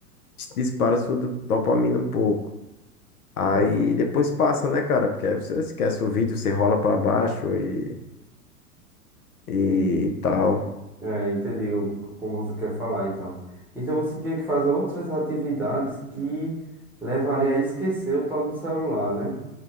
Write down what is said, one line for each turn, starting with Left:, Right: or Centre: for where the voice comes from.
Left: dispara sua do- dopamina um pouco. Aí
Centre: Cons-
Left: depois passa, né, cara? Porque aí você esquece o vídeo, você rola pra baixo e, e,
Centre: E,
Left: e tal.
Centre: é, entendi o- como você quer falar, então. Então você tinha que fazer outras atividades que levaria a esquecer o tal do celular, né?